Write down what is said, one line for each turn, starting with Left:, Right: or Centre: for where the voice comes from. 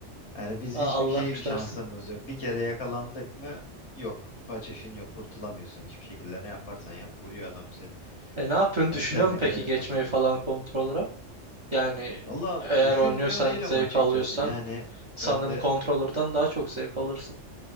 Left: Yani biz
Right: A-
Left: hiçbir
Right: Allah
Left: şey
Right: kurtarsın.
Left: şansımız yok. Bir kere yakalandık mı yok. Kaçışın yok. Kurtulamıyorsun hiçbir şekilde. Ne yaparsan yap vuruyor adam seni.
Right: E ne yapıyorsun?
Left: Yani
Right: Düşünüyor
Left: sen
Right: musun
Left: ne kadar
Right: peki
Left: oynarsan
Right: geçmeyi falan
Left: oyna.
Right: kontrolöre? Yani
Left: Valla
Right: eğer
Left: düşünmüyor
Right: oynuyorsan
Left: değilim
Right: zevk
Left: açıkçası.
Right: alıyorsan
Left: Yani
Right: sanırım
Left: ben de
Right: kontrolörden daha çok zevk alırsın.